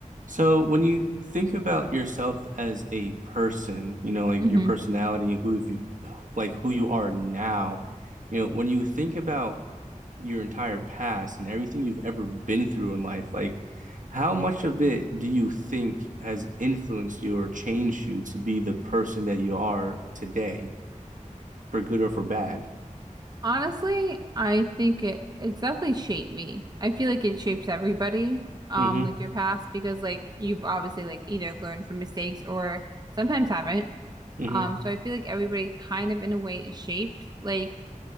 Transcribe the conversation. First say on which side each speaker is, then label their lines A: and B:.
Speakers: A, on the right; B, on the right.
A: So when you think about yourself as a person, you know, like
B: hmm
A: your personality, who you like who you are now, you know, when you think about your entire past and everything you've ever been through in life, like how much of it do you think has influenced you or changed you to be the person that you are today, for good or for bad?
B: Honestly, I think it it's definitely shaped me. I feel like it shapes everybody, um,
A: Mm-hmm.
B: like your past, because like you've obviously like either learned from mistakes or sometimes haven't.
A: Mm-hmm.
B: Um, so I feel like everybody kind of in a way is shaped. Like